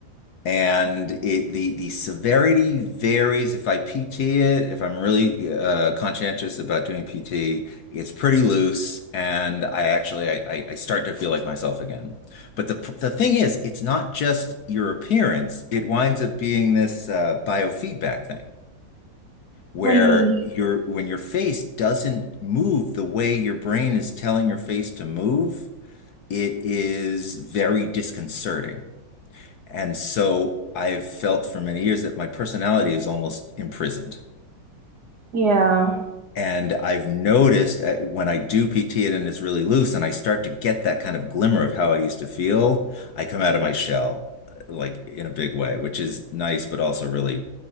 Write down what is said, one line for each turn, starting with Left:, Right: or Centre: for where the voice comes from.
Left: and it the the severity varies. If I PT it, if I'm really uh, conscientious about doing PT, it's pretty loose, and I actually I, I I start to feel like myself again. But the the thing is, it's not just your appearance. It winds up being this uh, biofeedback thing. Where
Right: What do you mean?
Left: your when your face doesn't move the way your brain is telling your face to move, it is very disconcerting. And so I've felt for many years that my personality is almost imprisoned.
Right: Yeah.
Left: And I've noticed uh, when I do PT it and it's really loose and I start to get that kind of glimmer of how I used to feel, I come out of my shell uh, like in a big way, which is nice, but also really,